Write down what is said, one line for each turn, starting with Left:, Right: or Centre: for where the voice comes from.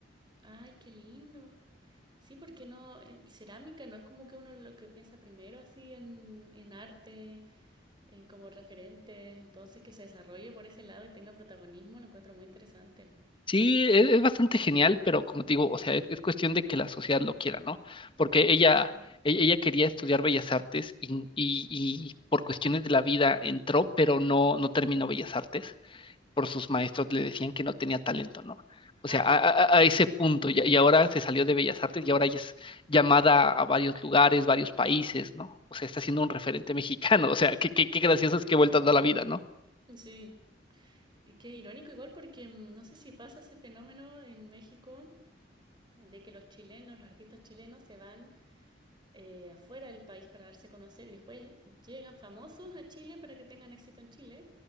Right: Ay, qué lindo. Sí, porque no, eh, cerámica no es como que uno lo que piensa primero así en, en arte. en como referentes, entonces que se desarrolle por ese lado y tenga protagonismo, lo encuentro muy interesante.
Left: Sí, es, es bastante genial, pero como te digo, o sea, es, es cuestión de que la sociedad lo quiera, ¿no? Porque ella,
Right: Sí.
Left: e- ella quería estudiar Bellas Artes y, y- y por cuestiones de la vida entró, pero no, no terminó Bellas Artes. Por sus maestros le decían que no tenía talento, ¿no? O
Right: Ah,
Left: sea, a,
Right: wow.
Left: a- a ese punto, y, y ahora se salió de Bellas Artes y ahora ella es llamada a varios lugares, varios países, ¿no? O sea, está siendo un referente <laughs> mexicano, o sea, qué, qué, qué graciosas que vueltas da la vida, ¿no?
Right: Sí. Y qué irónico igual porque mm, no sé si pasa ese fenómeno en México de que los chilenos, los artistas chilenos se van eh, afuera del país para darse a conocer y después llegan famosos a Chile para que tengan éxito en Chile.